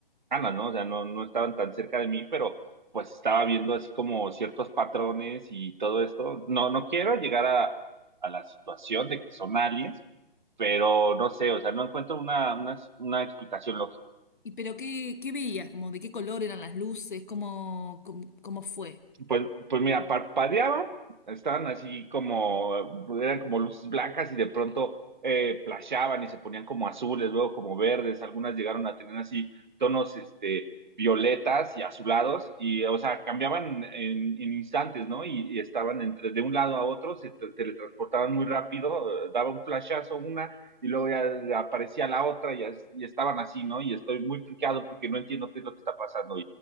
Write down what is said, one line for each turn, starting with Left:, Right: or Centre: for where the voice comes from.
Right: cercanas, ¿no? O sea, no, no estaban tan cerca de mí, pero pues estaba viendo así como ciertos patrones y todo esto. No, no quiero llegar a, a la situación de que son aliens, pero no sé, o sea, no encuentro una, una, una explicación
Left: ¿Y pero qué, qué veías? Como de qué color eran las luces? ¿Cómo, cómo, cómo fue?
Right: Pues, pues mira, parpadeaban, estaban así como, eran como luces blancas y de pronto eh, flashaban y se ponían como azules, luego como verdes, algunas llegaron a tener así tonos este, violetas y azulados, y o sea, cambiaban en, en instantes, ¿no? Y, y estaban entre, de un lado a otro, se tra- teletransportaban muy rápido, eh, daba un flashazo una y luego ya aparecía la otra y, as- y estaban así, ¿no? Y estoy muy friqueado porque no entiendo qué es lo que está pasando